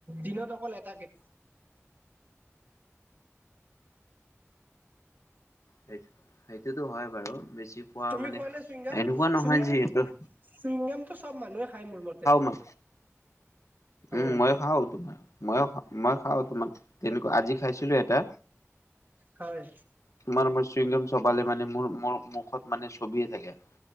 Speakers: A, on the right; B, on the left.
A: দিনত অকল এটাকে
B: সেই সেইটোতো হয় বাৰু বেছি পোৱা
A: তুমি
B: মানে
A: খোৱা
B: এনেকুৱা
A: নে চুইংগাম
B: নহয়।
A: চুইংগাম
B: যিহেতু
A: চুইংগামটো চব মানুহে খায় মোৰ মতে।
B: মই
A: হয়
B: উম মই খাও তোমাৰ মই মই খাও তোমাক তেনেকুৱা আজি খাইছিলো এটা।
A: হয়।
B: তোমাৰ মই চইমগম চবালে মানে মোৰ মুখত মানে ছবিয়ে থাকে